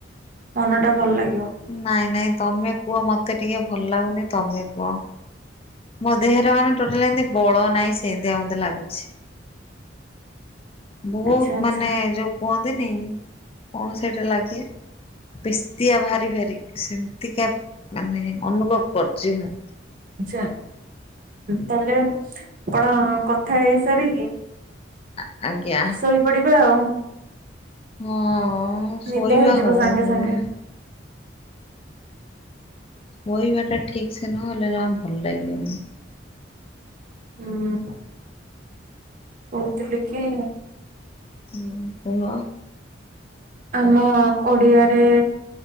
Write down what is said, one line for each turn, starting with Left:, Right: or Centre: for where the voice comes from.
Right: ମନ ଟା ଭଲ ଲାଗିବ।
Left: ନାଇଁ, ନାଇଁ, ତମେ କୁହ ମତେ ଟିକେ ଭଲ ଲାଗୁନି, ତମେ କୁହ? ମୋ ଦେହରେ ମାନେ ଟୋଟାଲି ଏଁତି ବଳ ନାହିଁ, ସେଏଁତିଆ ମତେ ଲାଗୁଛି। ବହୁତ
Right: ଆଚ୍ଛା ଆଚ୍ଛା
Left: ମାନେ ଯୋଉ କୁହନ୍ତିନି, କଣ ସେଟା ଲାଗେ? ବେଶ୍ ତିଆ ଭାରି ଭାରି ସେମିତିକା ମାନେ ଅନୁଭବ କରୁଛି, ମୁଁ।
Right: ଆଛାଁ, ତାହେଲେ ଆପଣ କଥା ହେଇ ସାରିକି
Left: ଆ-ଆଜ୍ଞା।
Right: ଶୋଇପଡିବେ ଆଉଁ।
Left: ହଁ, ଶୋଇବା
Right: ନିଦ ହେଇଯିବ
Left: ହଉନି।
Right: ସାଙ୍ଗେ ସାଙ୍ଗେ।
Left: ଶୋଇବାଟା ଟା ଠିକ୍ ସେ ନହେଲେ, ଯମା ଭଲ ଲାଗିବନି।
Right: ହୁଁ। କହୁଥିଲି କିଁ
Left: ହୁଁ, କୁହ।
Right: ଆମ ଓଡ଼ିଆରେ